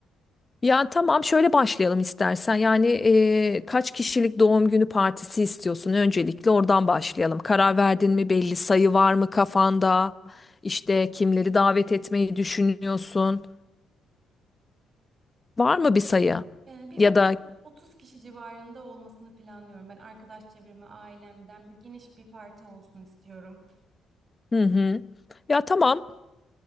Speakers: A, on the left (about 25°); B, on the right (about 40°).
A: Ya tamam şöyle başlayalım istersen. Yani eee, kaç kişilik doğum günü partisi istiyorsun? Öncelikle oradan başlayalım. Karar verdin mi belli sayı var mı kafanda? İşte kimleri davet etmeyi düşünüyorsun? Var mı bir sayı?
B: Ee, bir
A: Ya
B: 30
A: da
B: 30 kişi civarında olmasını planlıyorum. Ben arkadaş çevremi, ailemden bir geniş bir parti olsun istiyorum.
A: hı hı. Ya tamam.